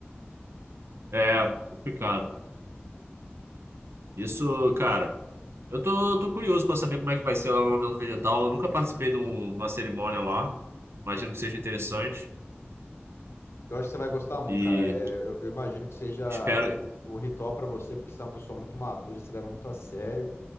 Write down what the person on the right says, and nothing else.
É, complicado. Isso, cara, eu tô, tô curioso pra saber como é que vai ser lá no União do Vegetal. Eu nunca participei de um- de uma cerimônia lá. Imagino que seja interessante.
E
espero